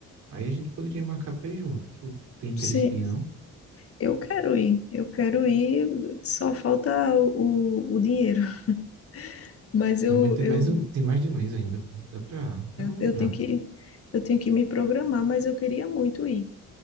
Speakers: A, on the right (about 70°); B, on the left (about 50°).
A: aí a gente poderia marcar pra ir junto. Tu tem interesse
B: sim.
A: de ir, não?
B: Eu quero ir. Eu quero ir. Só falta o, o, o dinheiro. <laughs> Mas eu,
A: Não, mas tem
B: eu,
A: mais, um, tem mais de um mês ainda, pô. Dá pra, dá pra comprar.
B: eu tenho que, eu tenho que me programar, mas eu queria muito ir.